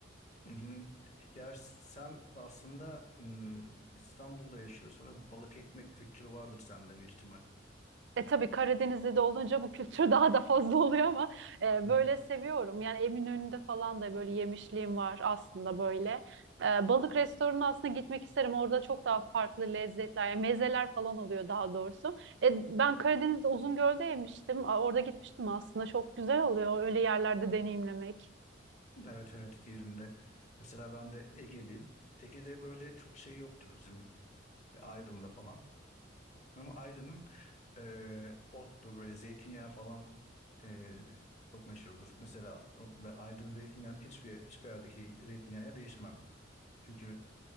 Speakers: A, on the left; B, on the right.
A: Hı hı. Ya sen aslında ım, İstanbul'da yaşıyorsun ve balık ekmek kültürü vardır sende bir ihtimal.
B: E tabii Karadeniz'de de olunca bu kültür <laughs> daha da fazla oluyor ama e,
A: Hı.
B: böyle seviyorum. Yani Eminönü'nde falan da böyle yemişliğim var aslında böyle. E, balık restoranına aslında gitmek isterim. Orada çok daha farklı lezzetler, yani mezeler falan oluyor daha doğrusu. E, ben Karadeniz'de Uzungöl'de yemiştim. A, Orada gitmiştim aslında. Çok güzel oluyor öyle yerlerde deneyimlemek.
A: Evet evet yerinde. Mesela ben de Ege'liyim. Ege'de böyle çok şey yoktur bizim Aydın'da falan. Ama Aydın'ın Ee, ottur böyle zeytinyağı falan ee, çok meşhurdur. Mesela ben Aydın zeytinyağını hiçbir, hiçbir yerdeki zeytinyağına değişmem. Çünkü